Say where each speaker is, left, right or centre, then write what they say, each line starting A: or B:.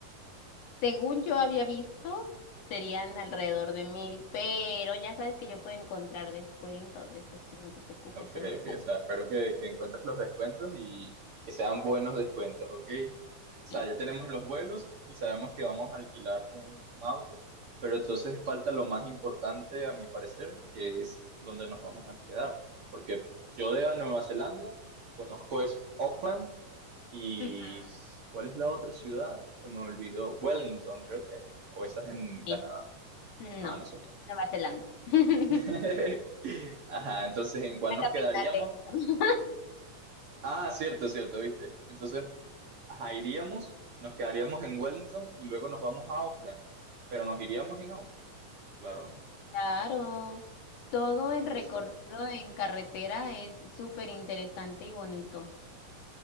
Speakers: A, on the left; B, on the right.
A: según yo había visto, serían alrededor de mil, pero ya sabes que yo puedo encontrar descuentos de eso, tú no te preocupes,
B: Ok,
A: solo déjalo.
B: ok. O sea, espero que, que encuentres los descuentos y, y que sean buenos descuentos, ok. O
A: Sí.
B: sea, ya tenemos los vuelos y sabemos que vamos a alquilar un, un auto, pero entonces falta lo más importante, a mi parecer, que es dónde nos vamos a quedar. Porque yo de a Nueva Zelanda conozco es Auckland y
A: <laughs>
B: s- ¿cuál es la otra ciudad? Se me olvidó. Wellington, creo que es. O esa es en
A: Sí.
B: Canadá.
A: No,
B: Ah, no sé.
A: es Nueva Zelanda. <laughs>
B: <laughs> Ajá, entonces, ¿en cuál
A: La
B: nos
A: capital
B: quedaríamos?
A: de esto.
B: Ah, cierto, cierto, viste. Entonces, ajá, iríamos, nos quedaríamos en Wellington y luego nos vamos a Auckland. Pero nos iríamos en auto, claro, ¿no?
A: Claro, todo el
B: Para
A: recorrido
B: visitar.
A: en carretera es súper interesante y bonito.